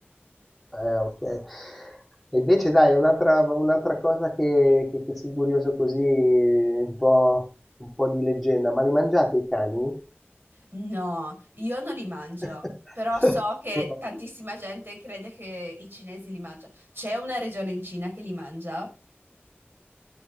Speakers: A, in the centre; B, on the right.
A: Eh, okay. E invece dai, un'altra un'altra cosa che che che son curioso così, un po' un po' di leggenda, ma li mangiate i cani?
B: No, io non li mangio,
A: <laughs>
B: però so <laughs> che
A: Tu no.
B: tantissima gente crede che i cinesi li mangiano. C'è una regione in Cina che li mangia,